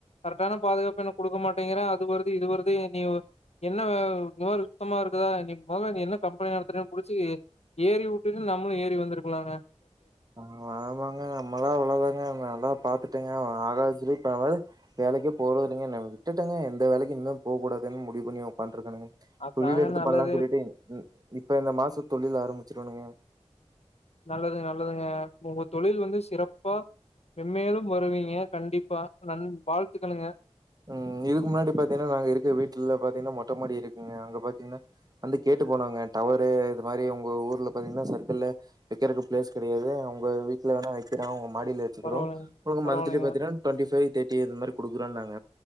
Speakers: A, on the left (about 65°); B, on the right (about 35°).
A: கரெக்டான பாதுகாப்பு எனக்கு குடுக்க மாட்டேங்கிற அது வருது இது வருது நீ என்ன இந்த மாரி சுத்தமா இருக்குதா நீ மொதல்ல நீ என்ன கம்பெனி நடத்துரன்னு புடுச்சி ஏறி உட்டுட்டு நம்ளு ஏறி வந்துருக்லாங்க
B: ஆமா ஆமாங்க நம்மளா அவ்ளதாங்க நல்லா பாத்து ட்டேங்க <unintelligible> வேலைக்கே போறதில்லெங்க ந விட்டுட்டெங்க எந்த வேலைக்கு இன்மே போ கூடாதுன் முடிவு பண்ணி ஒக்கான்ட்ருக்கனுங்க
A: அதாங்க
B: தொழில் எடுத்து
A: நல்லது.
B: பண்லான் சொல்லிட்டு இப்ப இந்த மாச தொழில் ஆரம்பிச் சுருவனுங்க
A: நல்லதுங் நல்லதுங்க உங்க தொழில் வந்து சிறப்பா மெம்மேலும் வருவீங்க கண்டிப்பா நன் வாழ்த்துக்கழுங்க
B: ம் இதுக்கு முன்னாடி பாத்தின்னா நாங்க இருக்கு வீட்ல பாத்தீங்னா மொட்டமாடி இருக்குங்க அங்க பாத்தீங்னா வந்து கேட்டு போனாங்க டவரு இது மாதிரி உங்க ஊர்ல பாத்தீங்னா சர்க்கிள்ல வெக்கறக்கு பிளேஸ் கெடையாது ஒங்க வீட்ல வேணா வக்கிறொ ம் மாடில வெச்சுகிறோ
A: பரவாயில்லைங்க
B: உனக்கு
A: பரவாயில்லைங்க
B: மன்த்திலி பாத்தினா டொண்டிஃபைவ் தேட் டி இது மாரி குடுக்குறொன்னாங்க